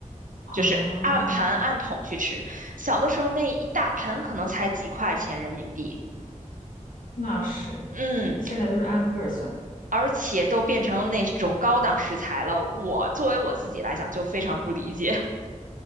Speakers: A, on the left (about 80°); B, on the right (about 80°).
A: 啊，
B: 就是按盘按桶去吃。小的时候那一大盆可能才几块钱人民币。
A: 那是，
B: 嗯。
A: 现在都是按个儿算。
B: 而且都变成那种高档食材了，我作为我自己来讲就非常不理解。<laughs>